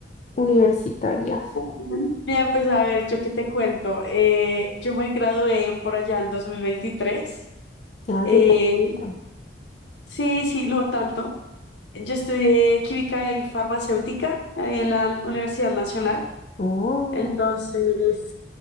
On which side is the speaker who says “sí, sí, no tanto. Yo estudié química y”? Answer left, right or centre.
Left